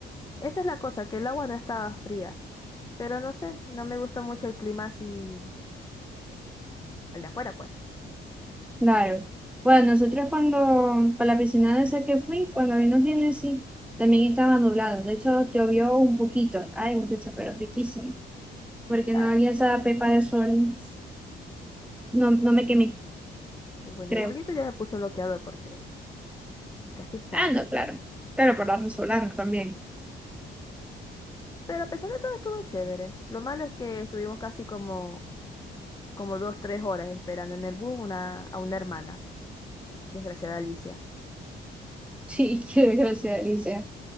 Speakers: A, on the left; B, in the centre.
A: Esa es la cosa, que el agua no estaba fría, pero no sé, no me gusta mucho el clima así, el de afuera pues.
B: Claro. Bueno, nosotros cuando, para la piscina de esa que fui, cuando vino Génesis, también estaba nublado. De hecho, llovió un poquito. Ay, muchacha, pero riquísimo. Porque
A: Ah,
B: no había esa pepa de sol. No, no me quemé,
A: y bueno,
B: creo.
A: igualito yo me puse bloqueador porque casi sabe.
B: Ah, no, claro. Pero por la resolana también.
A: Pero a pesar de todo estuvo chévere. Lo malo es que estuvimos casi como, como dos, tres horas esperando en el bus una, a una hermana, desgraciada Alicia.
B: Sí, <laughs> qué desgracia, Alicia.